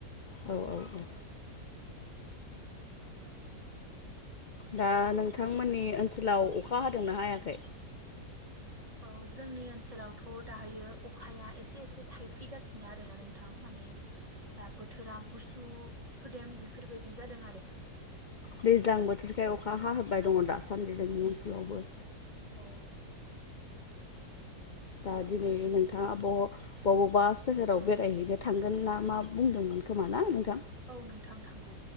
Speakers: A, on the left (about 75°); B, on the right (about 20°).
A: औ औ औ दा नोंथांमोननि ओनसोलाव अखा हादोंना हायाखै?
B: औ जोंनि ओनसोलावथ' दाहायो अखाया एसे एसे थायफ्रिगासिनो आरोना नोंथां माने दा बोथोरा गुसु सुदेम बेफोरबायदि जादों आरो।
A: दैज्लां बोथोरखाय अखा हा होबाय दङ दासान्दि जोंनि ओनसोलावबो।
B: औ
A: दा दिनै नोंथाङा ब-बबावबा सोहोराव बेरायहैनो थांगोन ना मा बुंदोंमोन खोमा ना नोंथां?
B: औ नोंथां थांगौ